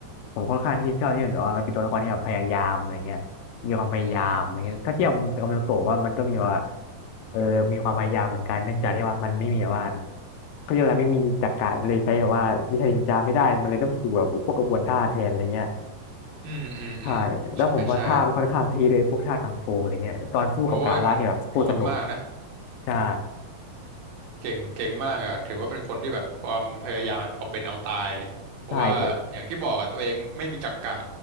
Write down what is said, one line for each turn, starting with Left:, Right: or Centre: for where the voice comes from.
Left: ผมค่อนข้างที่จะชอบที่มันแบบว่ามันเป็นตัวละครที่แบบพยายามอะไรเงี้ยมีความพยายามอะไรเงี้ยถ้าเทียบกับกำลังโตะว่ามันก็มีว่า
Right: อืม
Left: เออมีความพยายามเหมือนกันเนื่องจากที่ว่ามันไม่มีแบบว่าเขาเรียกอะไรไม่มีจักระเลยใช้แบบว่าวิชานินจาไม่ได้มันเลยต้องฝึกแบบพวกกระบวนท่าแทนอะไรเงี้ย
Right: อืมอืมอืมใช่ใช่
Left: ใช่แล้วผมว่าท่ามันค่อนข้างที่เลยพวกท่ากังฟูอะไรเงี้ยตอนสู้กับกาล่าเนี่ยแบบโคตรสนุก
Right: โอ้ยมันโหดมากนะ
Left: ใช่
Right: เก่งเก่งมากอ่ะถือว่าเป็นคนที่แบบความพยายามแบบเอาเป็นเอาตายเลยเพราะว่าอย่างที่บอกอ่ะตัวเองไม่มีจักกะ
Left: ใช่เจ๊